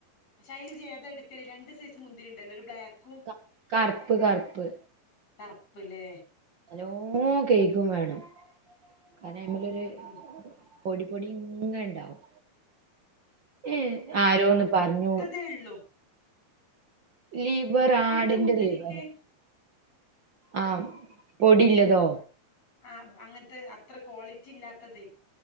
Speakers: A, on the left; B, on the right.
A: ശൈലിച് ഏതാ എടുക്കല് രണ്ട് സൈസ് മുന്തിരിണ്ടല്ലോ ഒരു ബ്ലാക്ക്
B: കര കറ്പ്പ് കറ്പ്പ്
A: കറ്പ്പ് ലേ
B: നല്ലോ കെഴുകും വേണം കാരണം അതിമെലൊര്
A: ഉം ഉം
B: പൊടി പൊടി ഇങ്ങനെ ഇണ്ടാവും. ഈ ആരോന്ന് പറഞ്ഞു
A: അത്രേള്ളു.
B: ലിവറ്
A: ഇവിടുത്തെ
B: ആടിന്റെ
A: മുന്തിരിക്ക്
B: ലിവറ് ആഹ് പൊടില്ലതോ
A: ആഹ് അങ്ങൻത്തെ അത്ര ക്വാളിറ്റി ഇല്ലാത്തത്